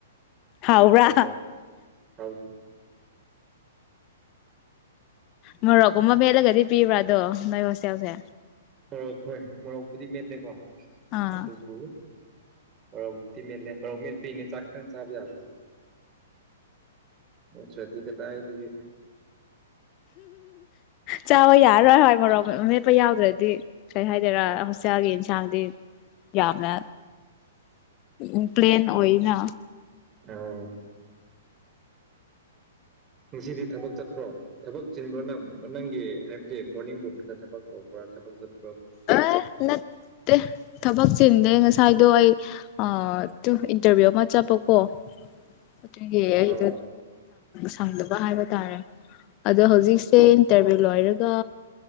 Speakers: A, on the left (about 35°); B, on the right (about 25°).
A: ꯍꯥꯎ꯭ꯔꯥ
B: ꯍꯥꯎꯇ ꯍꯥꯎ
A: ꯃꯣꯔꯣꯛꯀꯨꯝꯕ ꯃꯦꯠꯂꯒꯗꯤ ꯄꯤꯕ꯭ꯔꯥ ꯑꯗꯣ ꯃꯣꯏ ꯍꯁꯦꯜꯁꯦ
B: ꯃꯣꯔꯣꯛ ꯍꯣꯏ ꯃꯣꯔꯣꯛꯄꯨꯗꯤ ꯃꯦꯜꯂꯦꯀꯣ
A: ꯑꯥ
B: ꯑꯗꯨꯕꯨ ꯔꯧꯛꯇꯤ ꯃꯦꯜꯂꯦ ꯔꯧ ꯃꯦꯜ ꯄꯤꯅꯦ ꯆꯥꯛ ꯈꯤꯇꯪ ꯆꯥꯕ ꯌꯥꯕꯗ ꯑꯣꯁ꯭ꯔꯗꯤ ꯀꯗꯥ ꯍꯥꯏꯗꯨꯒ
A: ꯆꯥꯕ ꯌꯥꯔꯔꯣꯏ ꯍꯣꯏ ꯃꯣꯔꯣꯛ ꯃꯦꯠꯄ ꯌꯥꯎꯗ꯭ꯔꯗꯤ ꯀꯩ ꯍꯥꯏꯗꯣꯏꯔꯥ
B: ꯑꯣ
A: ꯍꯣꯁꯇꯦꯜꯒꯤ ꯆꯥꯡꯗꯤ ꯌꯥꯝꯅ ꯎ ꯄ꯭ꯂꯦꯟ ꯑꯣꯏꯅ
B: ꯑꯥ ꯉꯁꯤꯗꯤ ꯊꯕꯛ ꯆꯠꯄ꯭ꯔꯣ ꯊꯕꯛ ꯆꯤꯟꯕ꯭ꯔꯣꯅ ꯃ ꯅꯪꯒꯤ ꯍꯥꯏꯕꯗꯤ ꯃꯣꯔꯅꯤꯡ ꯇꯣꯅ ꯊꯕꯛ ꯇꯧꯕ ꯣꯔ ꯊꯥꯠ
A: ꯑ ꯅꯠꯇꯦ ꯊꯕꯛ ꯆꯤꯟꯤꯟꯦ ꯉꯁꯥꯏꯗꯣ ꯑꯩ ꯑ ꯑꯗꯨ ꯏꯟꯇꯔꯚꯤꯌꯨ ꯑꯃ ꯆꯠꯄꯀꯣ ꯑꯗꯨꯒꯤ ꯑꯩꯗ
B: ꯑꯣ
A: ꯁꯪꯗꯕ ꯍꯥꯏꯕ ꯇꯥꯔꯦ ꯑꯗꯣ ꯍꯧꯖꯤꯛꯁꯦ
B: ꯑꯣ
A: ꯏꯟꯇꯔꯚꯤꯌꯨ ꯂꯣꯏꯔꯒ